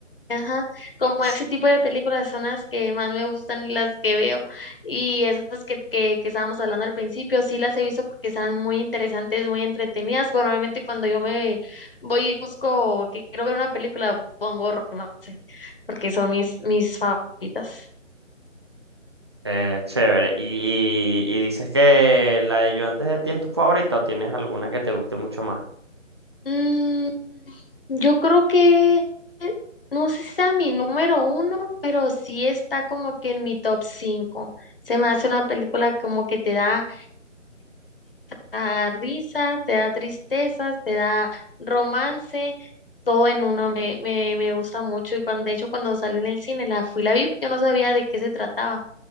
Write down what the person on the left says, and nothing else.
Ajá, como
ese tipo de películas son las que más me gustan y las que veo. Y esas que, que, que estábamos hablando al principio, sí las he visto porque están muy interesantes, muy entretenidas. Pero normalmente cuando yo me voy y busco que quiero ver una película, pongo romance, porque son mis, mis favoritas.
Mm, yo creo que, no sé si sea mi número uno, pero sí está como que en mi top cinco. Se me hace una película como que te da te da risas, te da tristezas, te da romance, todo en uno me, me, me gusta mucho. Y cuando, de hecho, cuando sale en el cine, la fui, la vi, yo no sabía de qué se trataba